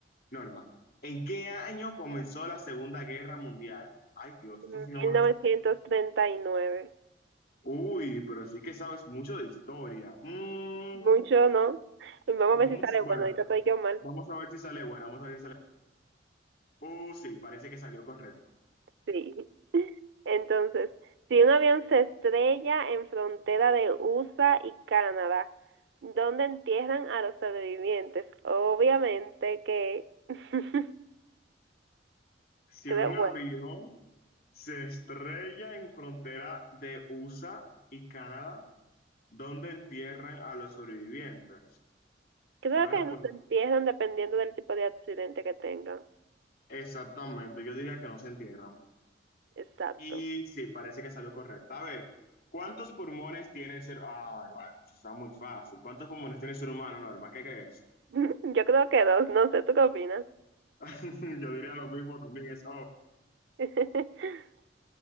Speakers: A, on the left; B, on the right.
A: Norma, ¿en qué año comenzó la Segunda Guerra Mundial? Ay, Dios,
B: En
A: esa sí no
B: mil
A: me la
B: novecientos
A: sé.
B: treinta y nueve.
A: Uy, pero sí que sabes mucho de historia. Mm,
B: Mucho, ¿no? Vamos
A: vamos,
B: a ver si sale
A: bueno,
B: bueno, ahorita estoy yo mal.
A: vamos a ver si sale buena, vamos a ver si sale. Uh, sí, parece que salió correcto.
B: Sí. <laughs> Entonces, si un avión se estrella en frontera de USA y Canadá, ¿dónde entierran a los sobrevivientes? Obviamente que, <laughs>
A: Si
B: creo,
A: un avión
B: bueno,
A: se estrella en frontera de USA y Canadá, ¿dónde entierran a los sobrevivientes?
B: creo
A: Bueno,
B: que nos
A: pues
B: entierran dependiendo del tipo de accidente que tengan.
A: exactamente, yo diría que no se entierran.
B: Exacto.
A: Y sí, parece que salió correcto. A ver, ¿cuántos pulmones tiene el ser humano? Ay, va, eso está muy fácil. ¿Cuántos pulmones tiene el ser humano, Norma? ¿Qué crees?
B: <laughs> Yo creo que dos, no sé, ¿tú qué opinas?
A: <laughs> Yo diría lo mismo también. Es, oh,
B: <laughs>